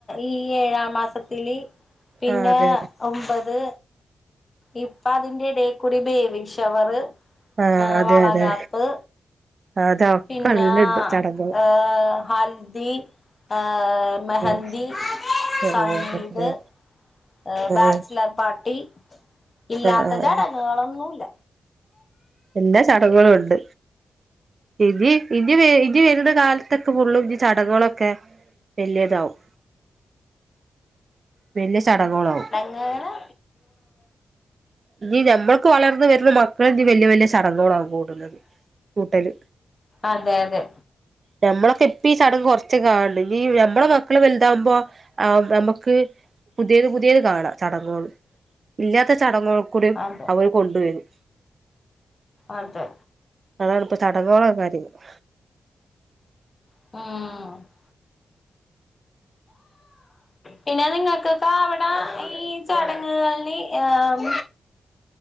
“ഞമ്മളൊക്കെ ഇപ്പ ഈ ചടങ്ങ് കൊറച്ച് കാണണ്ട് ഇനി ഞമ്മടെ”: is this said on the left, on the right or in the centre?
Right